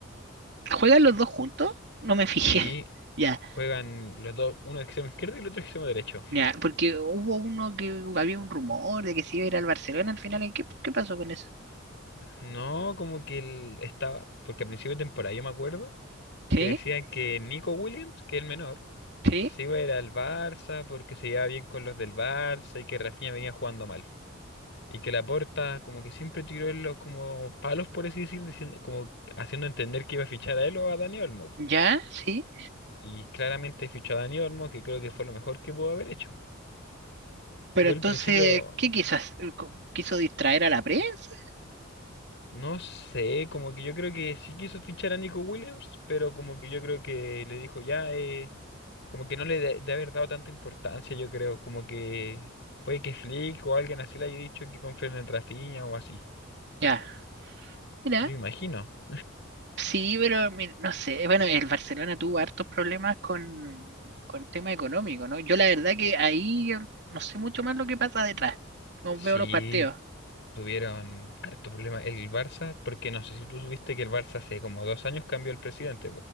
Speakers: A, on the right; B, on the left.
A: ¿Juegan los dos juntos? No me fijé.
B: Sí,
A: <laughs> Ya,
B: juegan los dos, uno de extremo izquierdo y el otro de extremo derecho.
A: ya, porque hubo uno que había un rumor de que se iba a ir al Barcelona al final. ¿y ¿Qué, qué pasó con eso?
B: No, como que él estaba, porque a principio de temporada yo me acuerdo
A: Sí,
B: que decían que Nico Williams, que es el menor,
A: sí,
B: se iba a ir al Barça porque se llevaba bien con los del Barça y que Rafinha venía jugando mal. Y que Laporta como que siempre tiró en los como palos, por así decir, diciendo, como haciendo entender que iba a fichar a él o a Dani Olmo. po.
A: ya, sí.
B: Y claramente fichó a Dani Olmo, que creo que fue lo mejor que pudo haber hecho. Yo
A: Pero entonces,
B: al principio,
A: ¿qué quiso hacer? ¿Quiso distraer a la prensa?
B: no sé, como que yo creo que sí quiso fichar a Nico Williams, pero como que yo creo que le dijo ya, eh, como que no le de, de haber dado tanta importancia, yo creo, como que puede que Flick o alguien así le haya dicho que confíen en Rafinha o así.
A: Ya, mira,
B: Yo imagino.
A: Sí, pero mira, no sé, bueno, el Barcelona tuvo hartos problemas con, con tema económico, ¿no? Yo la verdad que ahí yo no sé mucho más lo que pasa detrás, no
B: Sí,
A: veo los partidos.
B: tuvieron harto problema el Barça, porque no sé si tú supiste que el Barça hace como dos años cambió el presidente,